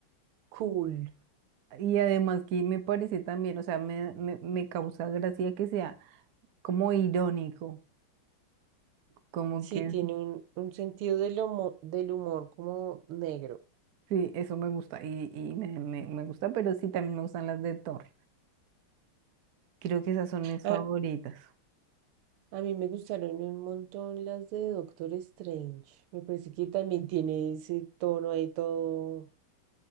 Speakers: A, on the right; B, on the right.
A: cool.
B: Y además que me parece también, o sea, me, me, me causa gracia que sea como irónico, como
A: Sí,
B: que
A: tiene un, un sentido del humor, del humor como negro.
B: sí, eso me gusta y, y me, me, me gusta, pero sí también me gustan las de Thor. Creo que esas son mis
A: Ah,
B: favoritas.
A: a mí me gustaron un montón las de Doctor Strange. Me parece que también tiene ese tono ahí todo,